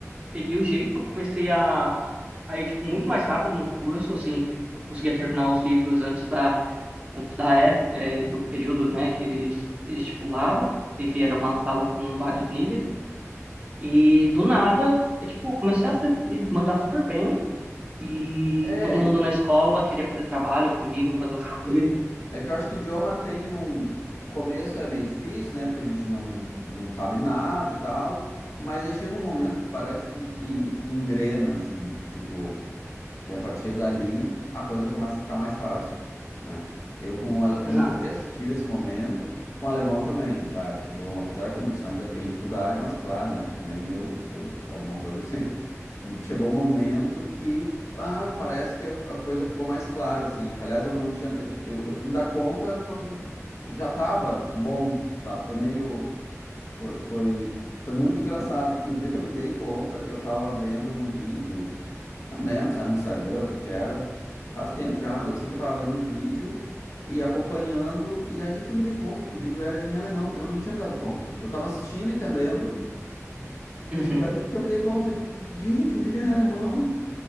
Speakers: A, on the right; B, on the left.
A: peguei o jeito, eu comecei a, a ir, tipo, muito mais rápido no curso, assim, eu conseguia terminar os livros antes da, antes da, ép- eh, do período, né, que eles estipulavam, enfim,
B: Sim.
A: era uma sala com vários níveis, e do nada, eu, tipo, comecei a ser- e mandar super bem. E
B: É,
A: todo mundo
B: é
A: na escola queria fazer trabalho comigo, fazer as <laughs> coisas.
B: Sim. É que eu acho que idioma tem um. O começo é meio difícil, né? Porque a gente não, não sabe nada e tal. E, mas aí chega um momento que parece que, que, que engrena, assim. Tipo, e a partir dali, a coisa já começa a ficar mais fácil, né? Eu com o, ale- com
A: Exato.
B: o inglês tive esse momento, com o alemão também, sabe? Chegou, um- apesar que, como eu disse, eu ainda tem dificuldade, mas claro, né? Também eu, eu alguma coisa eu sei. <laughs> Chegou um momento que, ah, parece que a, a coisa ficou mais clara, assim. Que, aliás, eu não tinha... Eu, eu fui me dar conta quando j- já tava bom, sabe? Foi meio... Foi, foi, foi muito engraçado, porque o dia que eu me dei conta, eu tava vendo um vídeo... Não me lembro se era no Instagram, o que que era. Faz tempo já, mas eu sei que eu tava vendo um vídeo e acompanhando, e aí que eu me dei conta que o vídeo era em alemão. Eu não tinha me dado conta. Eu tava assistindo, entendendo, e <laughs>
A: Uhum.
B: e aí que eu me dei conta, tipo, gente, o vídeo é em alemão,